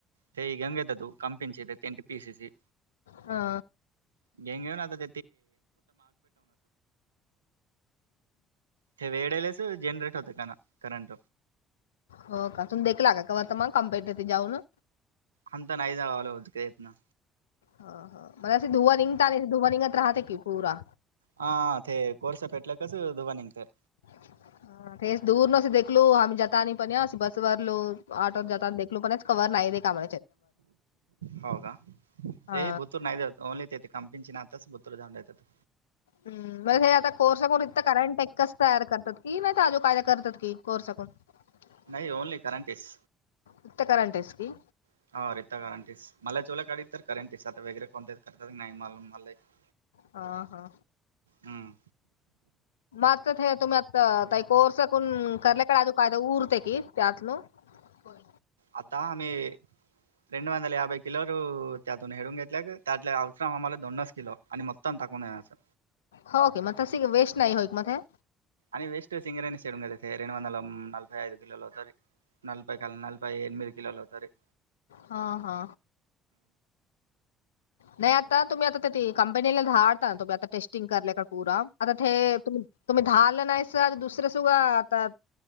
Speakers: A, on the right; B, on the left.
A: <unintelligible> का तु? <unintelligible> पीसेसए?
B: हा.
A: <unintelligible> ते वेळेलाच जनरेट होत का न? करंट.
B: हो का? तुम्ही देखला का? <unintelligible> कम्पेट त जाऊन
A: अंतता नाही जावला होत प्रयत्न.
B: हो हो. मला असे धुवा निघता नाही. धुववा निंगत राहते की पुूरा.
A: हा ते कोरसा पेटला की कस धुवा नींगतो.
B: हम. तेच दूर नसे देखलो आम्ही जाता आणि पण असशी बसवररलो ऑटोवर जाता देखलो पणच कवर नाही दे काम
A: हो का
B: हा
A: ए बतूर नायदे होत. ओनली ते ते कंपं ना आताच बुतर जाऊनात.
B: हम् म्हे हे आता कोरसाकून इतं कारण ट एक्काच तयार करतात की नाही आजू काय करतात की कोरसाकून ह
A: नाही. Only current piece.
B: फक्त करंट एस पी?
A: <unintelligible>
B: हा हा.
A: हं.
B: मग हे तुम्ही आही कोर्सकून करल्याकडे अजू कायदा उरते की त्यातन? होय.
A: आता आम्ही. रेड वंदाल याभई किलो त्यातून हडून घेतल्या त्यातल्या अवत्रम आम्हाला दोनच किलो आणि मग तम टाकूनण्याचं.
B: होके. म त सी ग वेस्ट नाही होय का म ते?
A: आणि वेस्ट सिंगरनी सडू का रे वंद नलई यद किलो तरी. नलपई काल नलपई एनमद किल अवते.
B: हा हा. नाही आता तुम्ही आता कंपनीला डता तुम्ही आता टेस्टिंग करलेय का पुरा आता ते त् तुम्ही हा आल नाही स दुसर्या सुा आता